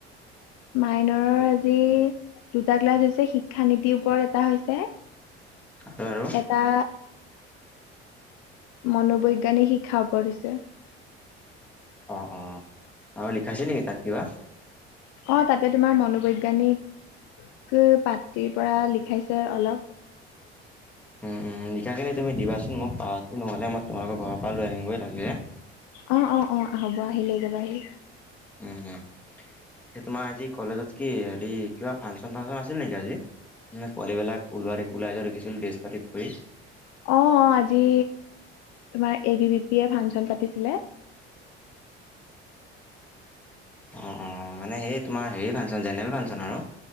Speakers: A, on the left (about 60°); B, in the centre.
A: মাইনৰৰ আজি দুটা ক্লাছ হৈছে। শিক্ষা নীতিৰ ওপৰত এটা হৈছে
B: আৰু, আৰু,
A: এটা মনোবৈজ্ঞানিক শিক্ষা ওপৰত হৈছে
B: অ, অ, আৰু লিখাইছে নেকি তাত? কিবা?
A: অ, তাতে তোমাৰ মনোবৈজ্ঞানিক পাঠতিৰ পৰা লিখ খাইছে অলপ
B: উম, উম, লিখাখিনি তুমি দিবাচোন মোক, অ নহ'লে মই তোমালোকৰ ঘৰৰ পৰা লৈ আনিমগৈ লাগিলে।
A: অ অ অ হ'ব, আহি লৈ যাবা আহি।
B: উম, উম, তোমাৰ আজি কলেজত কি হেৰি কিবা ফাংচন ফাংচন আছিল নেকি আজি? মানে পোৱালিবিলাক ওলাই ওলাই যোৱা দেখিছিল ড্ৰেছ পাতি কৰি।
A: অ অ আজি তোমাৰ এ ভি বি পি য়ে ফাংচন পাতিছিলে।
B: অ, অ, মানে সেই তোমাৰ হেৰি ফাংচন জেনেৰেল ফাংচন আৰু